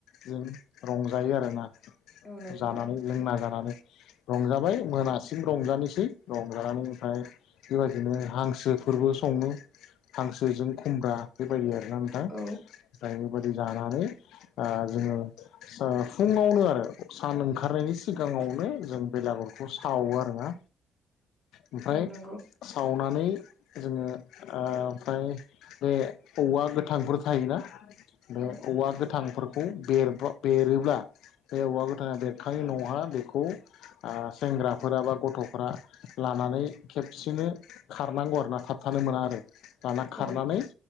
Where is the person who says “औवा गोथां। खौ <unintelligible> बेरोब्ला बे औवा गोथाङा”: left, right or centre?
Left